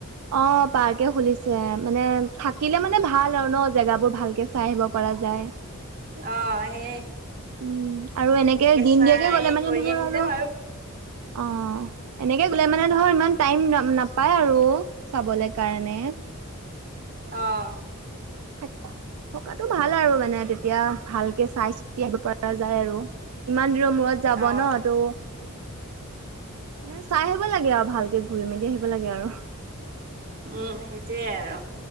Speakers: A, on the right (about 85°); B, on the right (about 45°).
A: অ পাৰ্কে খুলিছে মানে থাকিলে মানে ভাল আৰু ন জেগাবোৰ ভালকে চাই আহিব পা পৰা যায়
B: অ সেয়ে
A: উম আৰু এনেকে দিন
B: চাই
A: দিয়াকে গ'লে মানে
B: কৰি
A: ধৰ
B: আহি
A: আৰু
B: যাম
A: অ এনেকে গ'লে মানে ধৰ ইমান টাইম ন নাপায় আৰু চাবলৈ কাৰণে
B: অহ
A: সেই থকাতো ভাল আৰু মানে তেতিয়া ভালকে চাই চিতি আহিব পৰা যায় আৰু ইমান দিনৰ মূৰত যাব
B: অ
A: ন ত' মানে চাই আহিব লাগে আৰু ভালকে ঘূৰি মেলি সেইবিলাকে আৰু
B: উম সেইটোয়ে আৰু